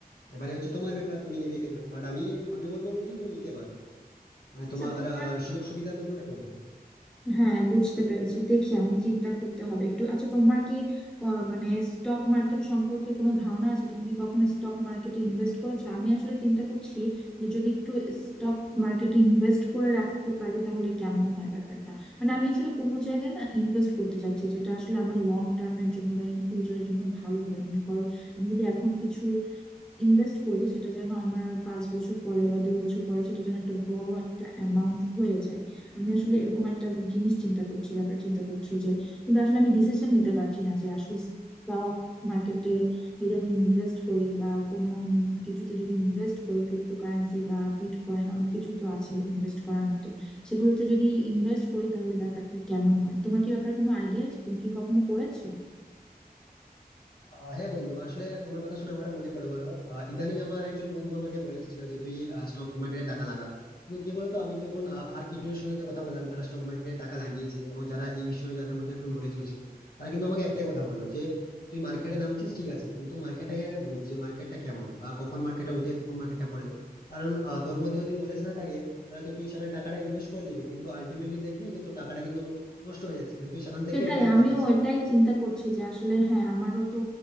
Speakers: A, on the left; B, in the centre.
A: এবারে হচ্ছে তোমার ব্যাপার তুমি নিবে কিনা বাট আমি আমি বলবো বন্ধু তুমি নিতে পারো মানে
B: আচ্ছা
A: তোমার
B: তোমার
A: আহ,
B: কি
A: সুযোগ সুবিধার মধ্যে ওটা পড়বে
B: হ্যাঁ বুঝতে পেরেছি দেখি আমি চিন্তা করতে হবে একটু আচ্ছা তোমার কি আহ, মানে স্টক মার্কেট সম্পর্কে কোনো ধারণা আছে তুমি কি কখনো স্টক মার্কেটে ইনভেস্ট করেছো আমি আসলে চিন্তা করছি যে যদি একটু স্টক মার্কেটে ইনভেস্ট করে রাখতে পারি তাহলে কেমন হয় ব্যাপারটা মানে আমি আসলে কোনো জায়গায় না ইনভেস্ট করতে চাচ্ছি যেটা আসলে আমার লং টার্মের জন্য বা ইন ফিউচারের জন্য ভালো হবে মনে করো আমি যদি এখন কিছু ইনভেস্ট করি সেটা যেন আমার পাঁচ বছর পরে বা দুই বছর পরে সেটা যেন একটা বড় একটা অ্যামাউন্ট হয়ে যায় আমি আসলে এরকম একটা জিনিস চিন্তা করছি ব্যাপার চিন্তা করছি যে কিন্তু আসলে আমি ডিসিশন নিতে পারছি না যে আসলে স্টক মার্কেটে যদি আমি ইনভেস্ট করি বা কোনো উম কিছুতে যদি ইনভেস্ট করি ক্রিপ্টোকারেন্সি বা বিটকয়েন অনেক কিছু তো আছে ইনভেস্ট করার মতো সেগুলোতে যদি ইনভেস্ট করি তাহলে ব্যাপারটা কেমন হয় তোমার কি ব্যাপারে কোনো আইডিয়া আছে তুমি কি কখনো করেছো
A: আহ, হ্যাঁ বন্ধু আসলে তোমার কথা শুনে আমারও মনে পড়ে গেলো আহ, ইদানিং আমার একজন বন্ধু আমাকে বলেছিল যে তুই স্টক মার্কেটে টাকা লাগা কিন্তু কি বলতো আমি যখন আহ, আর কিছুজনের সঙ্গে কথা বললাম যারা স্টক মার্কেটে টাকা লাগিয়েছে এবং যারা এই বিষয়ে যাদের মধ্যে একটু নলেজ রয়েছে তারা কিন্তু আমাকে একটাই কথা বললো যে তুই মার্কেটে নামছিস ঠিক আছে কিন্তু মার্কেটটাকে আগে বুঝ যে মার্কেটটা কেমন বা কখন মার্কেটটা উঠে কখন মার্কেটটা পড়ে কারণ আহ, তোর মধ্যে যদি নলেজ না থাকে তাহলে তো তুই সেখানে টাকাটা ইনভেস্ট করে দিবি কিন্তু আলটিমেটলি দেখবি যে তোর টাকাটা কিন্তু নষ্ট হয়ে যাচ্ছে মানে তুই সেখান থেকে
B: সেটাই
A: রিটার্ন
B: আমিও
A: পাচ্ছিস না
B: এটাই চিন্তা করছি যে আসলে হ্যাঁ আমারও তো